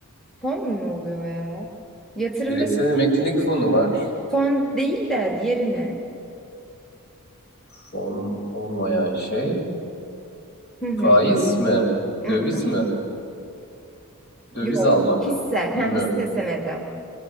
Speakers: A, in the centre; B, on the left (about 50°).
A: Fon mu oluyor ya? Yatırımda
B: bireysel emeklilik fonu var.
A: fon değil de diğeri ne?
B: Fon olmayan şey.
A: Hı hı.
B: Faiz mi?
A: Hı
B: Döviz
A: hı.
B: mi? Döviz
A: Yok.
B: almak.
A: Hisse. Ha,
B: Bilmiyorum.
A: hisse senedi.